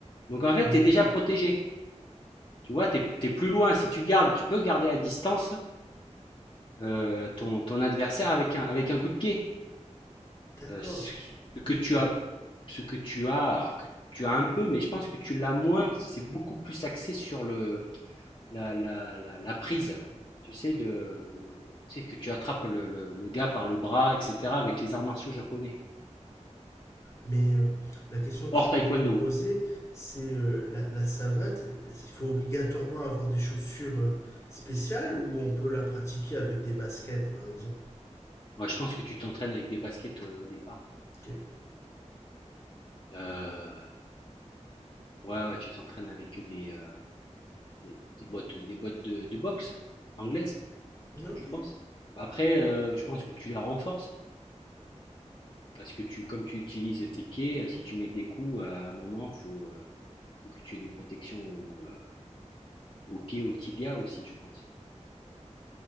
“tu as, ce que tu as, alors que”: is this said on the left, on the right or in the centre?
Left